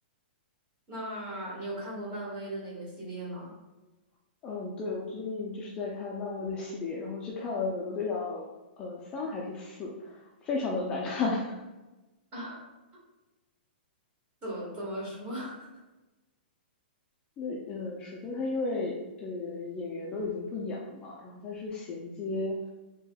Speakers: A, on the right (about 25°); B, on the left (about 15°).
A: 那你有看过漫威的那个系列吗？
B: <laughs> 嗯，对，我最近就是在看漫威的系列，然后去看了《美国队长》呃三还是四，非常的难看。<laughs>
A: <laughs> 怎么怎么说？<laughs>
B: 那呃，首先他因为呃演员都已经不演了嘛，然后他是衔接，